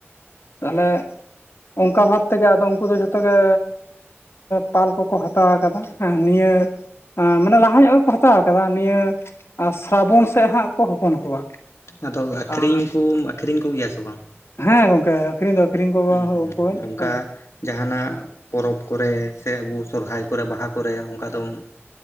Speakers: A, on the left; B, on the left.
A: ᱛᱟᱦᱞᱮ ᱚᱝᱠᱟ ᱵᱷᱟᱵ ᱛᱮᱜᱮ ᱟᱫᱚ ᱩᱱᱠᱩ ᱫᱚ ᱡᱚᱛᱚᱜᱮ ᱯᱟᱞ ᱠᱚᱠᱚ ᱦᱟᱛᱟᱣ ᱟᱠᱟᱫᱟ ᱱᱤᱭᱟᱹ ᱢᱟᱱᱮ ᱞᱟᱦᱟ ᱧᱚᱜ ᱜᱮᱠᱚ ᱦᱟᱛᱟᱣ ᱟᱠᱟᱫᱟ ᱱᱤᱭᱟᱹ ᱥᱨᱟᱵᱚᱱ ᱥᱮᱫ ᱦᱟᱸᱜ ᱠᱚ ᱦᱚᱯᱚᱱ ᱠᱚᱣᱟ
B: ᱟᱫᱚ ᱟᱹᱠᱷᱨᱤᱧ
A: ᱟᱨ
B: ᱠᱚᱢ ᱟᱹᱠᱷᱨᱤᱧ ᱠᱚᱜᱮᱭᱟ ᱥᱮ ᱵᱟᱝ
A: ᱦᱮᱸ ᱜᱚᱝᱠᱮ ᱟᱠᱷᱨᱤᱧ ᱫᱚ ᱟᱠᱷᱨᱤᱧ ᱠᱚᱣᱟ
B: ᱦᱩᱸ
A: ᱦᱳ ᱠᱚᱣᱟᱹᱧ
B: ᱚᱱᱠᱟ
A: ᱦᱮᱸ
B: ᱡᱟᱦᱟᱱᱟᱜ ᱯᱚᱨᱚᱵᱽ ᱠᱚᱨᱮ ᱥᱮ ᱟᱵᱚ ᱥᱚᱦᱨᱟᱭ ᱠᱚᱨᱮ ᱵᱟᱦᱟ ᱠᱚᱨᱮ ᱚᱝᱠᱟ ᱫᱚᱢ